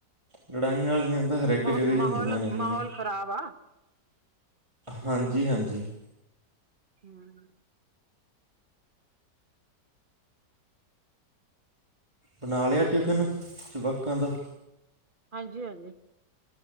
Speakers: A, on the right; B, on the right.
A: ਲੜਾਈਆਂ ਆਲੀਆਂ ਤਾਂ ਹਰ ਇੱਕ
B: ਮ
A: ਜਗ੍ਹਾ ਹੀ
B: ਮਾਹੌਲ
A: ਹੁੰਦੀਆਂ ਰਹਿੰਦੀਆਂ।
B: ਮਾਹੌਲ ਖ਼ਰਾਬ ਆ।
A: ਹਾਂਜੀ ਹਾਂਜੀ।
B: ਹੰ
A: ਬਣਾ ਲਿਆ ਟਿਫਿਨ ਜੁਆਕਾਂ ਦਾ?
B: ਹਾਂਜੀ, ਹਾਂਜੀ।